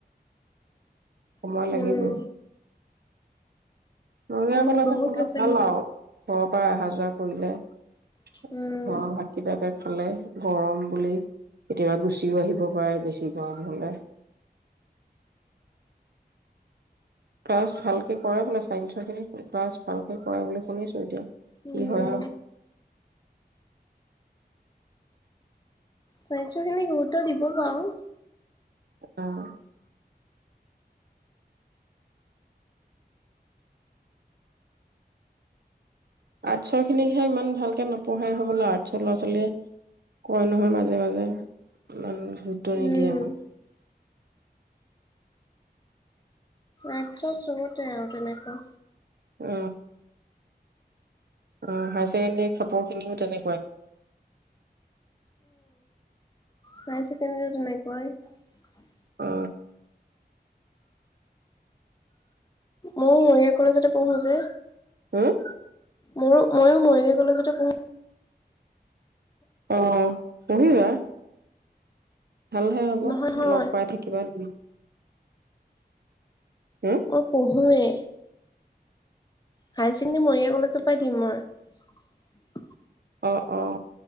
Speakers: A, on the right (about 70°); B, on the left (about 25°).
A: সময়
B: উম,
A: লাগিব। <unintelligible> ম <inaudible>
B: উম,
A: ভাল আৰু
B: বহুত
A: ঘৰৰ
B: ল'ৰা ছোৱালী
A: পৰাই অহা যোৱা <inaudible> জুৱা কৰি লোবা।
B: উম,
A: অ ভাতকীতাকে পালে গৰম বুলি কেতিয়াবা গুচিও আহিব পাৰে বেছি গৰম হলে। ক্লাছ ভালকে কৰে বুলে ছাইনচৰ খিনি, ক্লাছ ভালকে কৰে বুলি সোনিছো এতিয়া কি
B: উম।
A: হয় আৰু।
B: ছাইনচৰ খিনীগুৰুত্ব দিব বাৰু।
A: আহ। আৰ্টছৰ খিনিকহে ইমান ভালকে নপঢ়াই হবলৈ আৰ্টচৰ ল'ৰা ছোৱালীয়ে কয় নইয় মাজে মাজে ইমান গুৰুত্ব নিডিএ
B: উম,
A: আমাক।
B: আৰ্টৰ ছবতে আৰু তেনেকুৱা।
A: উ। আহ হায়াৰ ছেকেণ্ডৰী
B: হায়াছেকেণ্ডৰীতো নাইকুৱাই <unintelligible>
A: অ।
B: মই মৰিয় কলেজতে পৰহোজে।
A: হম
B: মোৰো ময়ো মৰিগাঁও কলেজতে পঢ়ো।
A: অ পহিবা। ভালহে হ'ব
B: নহয় নহয়
A: লগ পাই থাকিবা <inaudible> হম
B: মই কৰিম হয় হায়াৰ ছেকেণ্ডেৰী মৰিগাঁও কলেজৰ পৰাই দিম মই।
A: অ অ